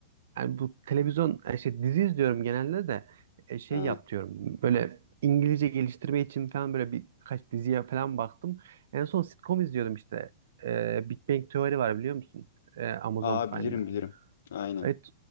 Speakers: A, on the right; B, on the left.
A: yani bu televizyon e, şey dizi izliyorum genelde de e, şey
B: Ha.
A: yap diyorum. Böyle İngilizce geliştirme için falan böyle birkaç diziye falan baktım. En son sitcom izliyordum işte. E, Big Bang Theory var biliyor musun? E, Amazon
B: Aa
A: Prime'da.
B: bilirim bilirim. Aynen.
A: Evet,